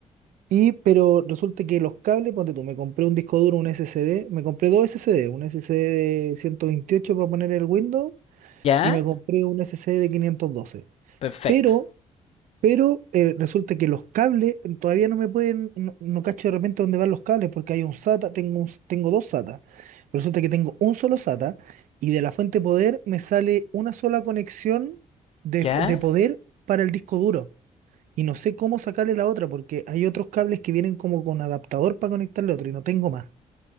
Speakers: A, on the right; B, on the left.
A: Y, pero resulta que los cables, ponte tú, me compré un disco duro, un SSD, me compré dos SSD, un SSD de 128 para poner el Windows
B: ya.
A: y me compré un SSD de 512.
B: Perfecto.
A: Pero, pero eh, resulta que los cables eh, todavía no me pueden, no, no cacho de repente dónde van los cables porque hay un SATA, tengo, un- s- tengo dos SATA. Resulta que tengo un solo SATA y de la fuente de poder me sale una sola conexión de,
B: ¿Ya?
A: fu- de poder para el disco duro y no sé cómo sacarle la otra porque hay otros cables que vienen como con adaptador para conectarle otro y no tengo más.